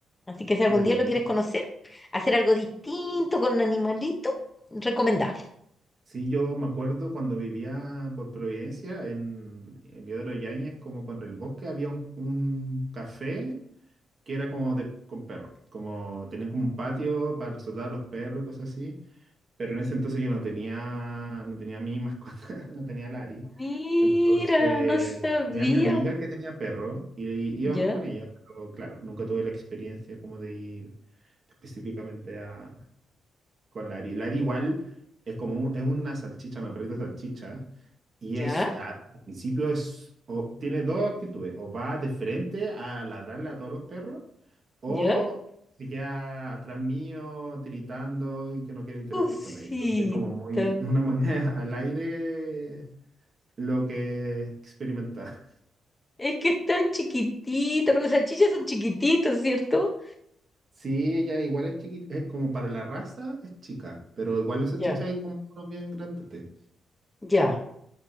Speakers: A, on the left; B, on the right.
A: Así que si algún
B: qué rico.
A: día lo quieres conocer, hacer algo distinto con un animalito, recomendable.
B: Sí, yo me acuerdo cuando vivía por Providencia en, en Yodro Yáñez, como con el bosque, había un, un café que era como de, con perros, como tenían como un patio para soltar a los perros y cosas así, pero en ese entonces yo no tenía, no tenía mi mascota, <laughs> no tenía Lari,
A: Mira,
B: entonces
A: no sabía.
B: tenía a mi amiga que tenía perro y íbamos
A: Ya,
B: con ella, pero claro, nunca tuve la experiencia como de ir específicamente a con la lari La igual es como un- es una salchicha, una perrita salchicha, y
A: ¿Ya?
B: es, a- al principio es, o, tiene dos actitudes, o va de frente a ladrarle a todos los perros, o
A: ya,
B: se queda atrás mío, tiritando y que no quiere interactuar
A: cosita.
B: con nadie. Entonces es como muy, <laughs> una moneda al aire lo que experimenta.
A: Es que están chiquititas, pero las salchichas son chiquititas, ¿cierto?
B: Sí, ella igual es chiquita, es como para la raza es chica, pero igual los
A: Ya,
B: salchichas hay como unos bien grandotes.
A: ya.